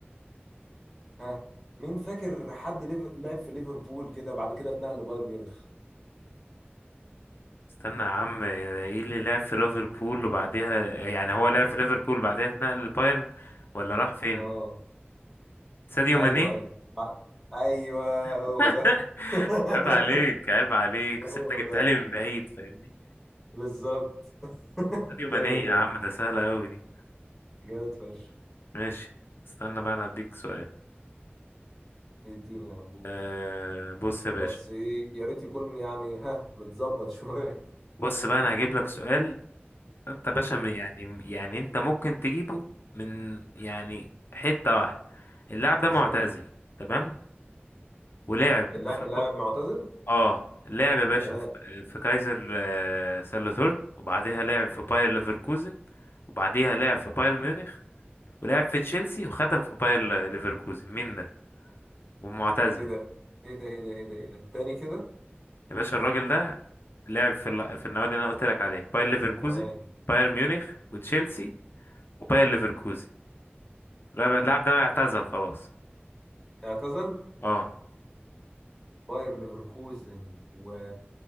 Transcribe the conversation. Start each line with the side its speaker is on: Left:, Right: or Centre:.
Centre: ها مين فاكر حد ليف- لعب في ليفربول كده بعد كده اتنقل لبايرن ميونخ
Left: استنى يا عم ايه اللي لعب في ليفربول وبعدها يعني هو لعب في ليفربول وبعدها اتنقل للبايرن ولا راح فين
Centre: اه
Left: ساديو
Centre: ايوه
Left: ماني
Centre: ايوه بعد- ايوه
Left: <laughs>
Centre: هو ده <laughs>
Left: عيب عليك عيب عليك
Centre: هو
Left: بس انت جبتها
Centre: ده
Left: لي من بعيد فاهمني
Centre: بالظبط <laughs>
Left: ساديو
Centre: جامد
Left: ماني يا
Centre: يلا
Left: عم ده سهله قوي دي
Centre: جامد فشخ
Left: ماشي استنى بقى انا هديك سؤال
Centre: يديني يا عم
Left: أه بص يا باشا
Centre: بس ايه يا ريت يكون يعني ها متظبط <laughs> شويه
Left: بص بقى انا هجيب لك سؤال انت يا باشا
Centre: امم
Left: م- يعني يعني انت ممكن تجيبه من يعني حتة واحدة اللاعب ده
Centre: يا
Left: معتزل
Centre: ساتر
Left: تمام ولعب
Centre: اللا-
Left: في
Centre: اللاعب
Left: ب-
Centre: معتزل
Left: اه لعب يا باشا
Centre: تمام
Left: في في كايزر آه، سالوتورن وبعديها لعب في باير ليفركوزن وبعديها لعب في بايرن ميونخ ولعب في تشيلسي وختم في باير ليفركوزن مين ده ومعتزل
Centre: ايه ده ايه ده ايه ده ايه ده ايه ده تاني كده
Left: يا باشا الراجل ده لعب في ال- في النوادي اللي انا قلت لك عليها باير ليفركوزن
Centre: تمام
Left: باير ميونخ وتشيلسي وباير ليفركوزن اللاعب اللاعب ده اعتزل خلاص
Centre: اعتزل
Left: اه
Centre: باير ليفركوزن و